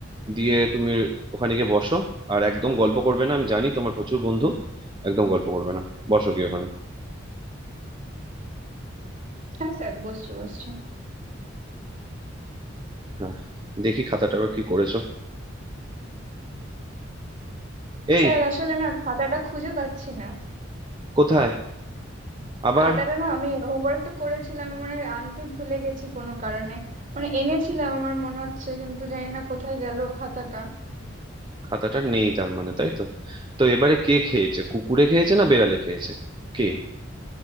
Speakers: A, on the right; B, on the right.
A: দিয়ে তুমি ওখানে গিয়ে বসো আর একদম গল্প করবে না আমি জানি তোমার প্রচুর বন্ধু একদম গল্প করবে না বসো গিয়ে ওখানে
B: হ্যাঁ স্যার বসছে বসছে
A: হ্যাঁ দেখি খাতাটা আবার কি করেছো এই
B: স্যার আসলে না খাতাটা খুঁজে পাচ্ছি না
A: কোথায় আবার
B: খাতাটা না আমি হোমওয়ার্কটা করেছিলাম আমি মনে হয় আনতে ভুলে গেছি কোনো কারণে মানে এনেছিলাম আমার মনে হচ্ছে কিন্তু জানি না কোথায় গেল খাতাটা
A: খাতাটা নেই তার মানে তাই তো তো এবারে কে খেয়েছে কুকুরে খেয়েছে না বেড়ালে খেয়েছে কে